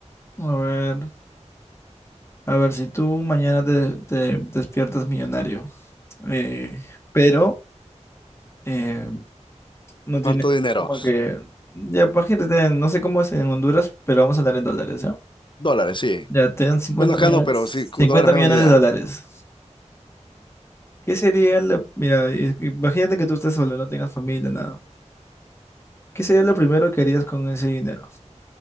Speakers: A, on the left; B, on the left.
A: a ver, a ver, si tú mañana te, te despiertas millonario, eh, pero eh, no tienes
B: ¿Cuánto dinero?
A: como que, ya, imagínate, te- no sé cómo es en Honduras, pero vamos a hablar en dólares, ¿ya?
B: Dólares, sí.
A: Ya, te dan 50
B: Bueno, acá
A: millones,
B: no, pero sí, con
A: 50
B: dólares me
A: millones
B: hago una idea.
A: de dólares. ¿Qué sería lo, mira, i- imagínate que tú estés solo, no tengas familia, nada. ¿Qué sería lo primero que harías con ese dinero?